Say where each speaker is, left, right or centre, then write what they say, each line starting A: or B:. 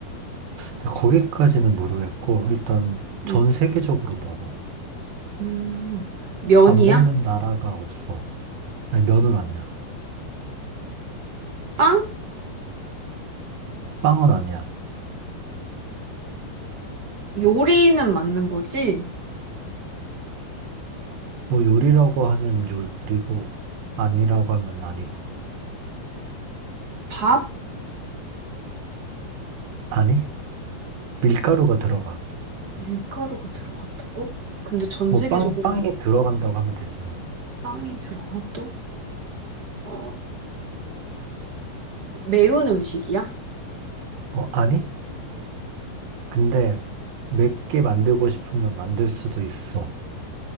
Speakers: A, on the right; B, on the right.
A: 근데 거기까지는 모르겠고, 일단
B: 음,
A: 전 세계적으로 먹어.
B: 음, 면이야?
A: 안 먹는 나라가 없어. 아니, 면은 아니야.
B: 빵?
A: 빵은 아니야.
B: 요리는 맞는 거지?
A: 뭐 요리라고 하면 요리고, 아니라고 하면 아니고.
B: 밥?
A: 아니? 밀가루가 들어가.
B: 밀가루가 들어간다고? 근데 전
A: 뭐
B: 세계적으로
A: 빵, 빵이
B: 먹고
A: 들어간다고 하면 되지 뭐.
B: 빵이 들어가 또? 어, 매운 음식이야?
A: 어, 아니? 근데 맵게 만들고 싶으면 만들 수도 있어.